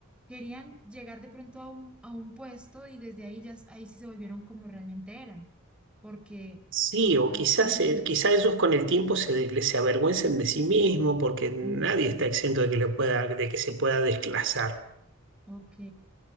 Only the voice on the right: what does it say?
Sí,
o quizás,
eh, quizás ellos con el tiempo se, de- se avergüencen de sí mismos porque nadie
está exento de que, le pueda, de que se pueda desclasar.